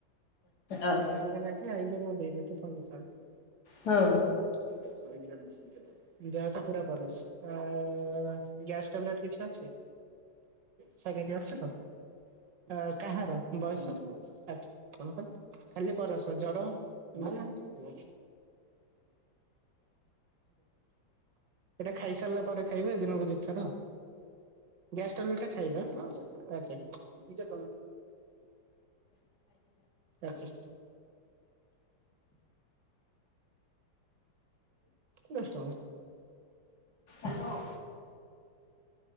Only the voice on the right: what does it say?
<unintelligible> ମୁଁ ଦେଇଦେବି <unintelligible>
ଦେହ ହାତ ପୁରା ପରାସ ଆ ଗ୍ୟାସ ଟାବଲେଟ କିଛି ଅଛି? ସେଡି ଅଛି ତ? ଆ କାହାର ବୟସ ଆ <unintelligible> ଖାଲି ବରସ ଜର <unintelligible> ଏଇଟା ଖାଇସାରିଲା ପରେ ଖାଇବେ ଦିନକୁ ଦିଥର। ଗ୍ୟାସ ଟ୍ୟାଵଲେଟ ଟା ଖାଇବେ ଆଜ୍ଞା। ଆଚ୍ଛା। ଦଶ ଟଙ୍କା।